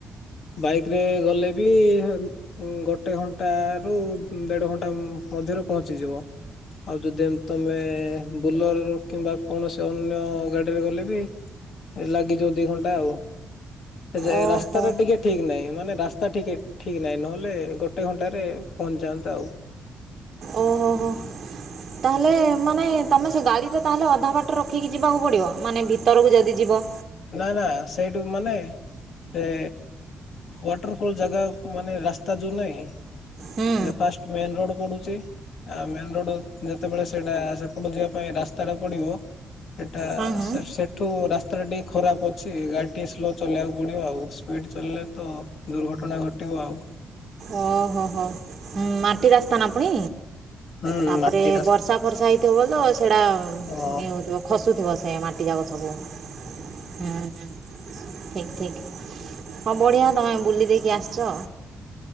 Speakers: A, on the left; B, on the right.
A: ବାଇକ୍ ରେ ଗଲେ ବି ସେମତି ଇ, ଗୋଟେ ଘଣ୍ଟା ରୁ ଉଁ, ଦେଢ ଘଣ୍ଟା ଉଁ, ମଧ୍ୟରେ ପହଞ୍ଚିଯିବ। ଆଉ ଯଦି ଏମ ତୋମେ ବୋଲର ରୁ କିମ୍ବା କୌଣସି ଅନ୍ୟ ଗାଡିରେ ଗଲେ ବି ଲାଗିଯିବ ଦି ଘଣ୍ଟା ଆଉ। ଯେ
B: ଓହୋ
A: ରାସ୍ତାରେ ଟିକେ ଠିକ୍ ନାହିଁ ମାନେ ରାସ୍ତା ଟିକେ ଠିକ୍ ନାହିଁ, ନହେଲେ ଗୋଟେ ଘଣ୍ଟାରେ ପହଞ୍ଚିଯାନ୍ତା ଆଉ।
B: ଓହୋ, ହୋ ତାହେଲେ ମାନେ ଏ ତୋମେ ସେ ଗାଡ଼ିରେ ତାହେଲେ ଅଧା ବାଟରେ ରଖିକି ଯିବାକୁ ପଡିବ ମାନେ ଭିତରକୁ ଯଦି ଯିବ?
A: ନା ନା ସେଇଠୁ ମାନେ ଏ ୱାଟରଫଲ୍ ଜାଗା ମାନେ ରାସ୍ତା ଯୋଉ ନାହିଁ?
B: ହୁଁ
A: ଏଇଟା ଫାଷ୍ଟ ମେନ୍ ରୋଡ୍ ପଡୁଛି। ଆ, ମେନ୍ ରୋଡ୍ ଯେତେବେଳେ ସେଇଟା ସେପଟ ଯିବା ପାଇଁ ରାସ୍ତା ଟା ପଡିବ ଏଟା
B: ହଁ ହଁ।
A: ସେ ସେଠୁ ରାସ୍ତାଟା ଟିକେ ଖରାପ ଅଛି ଗାଡ଼ି ଟିକେ ସ୍ଲୋ ଚଲେଇଆକୁ ପଡ଼ିବ ଆଉ। ସ୍ପିଡ଼୍ ଚଲିଲେ ତ ଦୁର୍ଘଟଣା ଘଟିବ ଆଉ।
B: ଓ ହୋ ହୋ। ମୁଁ ମାଟି ରାସ୍ତା ନା ପୁଣି।
A: ହୁଁ
B: ତାପରେ
A: ମାଟି ରାସ୍ତା
B: ବର୍ଷା ଫର୍ଷା ହେଇଥିବ ବୋଲି ତ ସେଇଟା
A: ହଁ।
B: ଇଏ ହଉଥିବ ଖସୁଥିବ ସେ ମାଟି ଯାକ ସବୁ ଉଁ, ହୁଁ,। ଠିକ୍ ଠିକ୍ ହଁ ବଢିଆ ତମେ ବୁଲି ଦେଇକି ଆସିଛ।